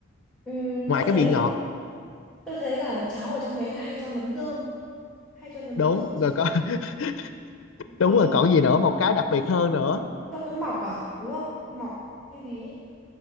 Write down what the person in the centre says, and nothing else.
ừm,
tôi
thấy
tôi thấy là cháo ở trong đấy là hay cho nấm rơm, hay cho nấm
rơm xong
ừ
xong
cho cái mọc à đúng không mọc hay gì ấy.